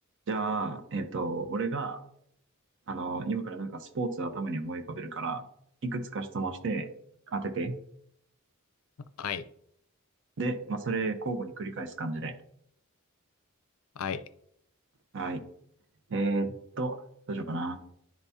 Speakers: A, on the right (about 55°); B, on the left (about 75°).
A: じゃあ、えっと、俺が、あの、今からなんかスポーツを頭に思い浮かべるから、いくつか質問して当てて。
B: はい。
A: で、まあ、それ交互に繰り返す感じで。
B: はい。
A: はい。えーっと、どうしようかな。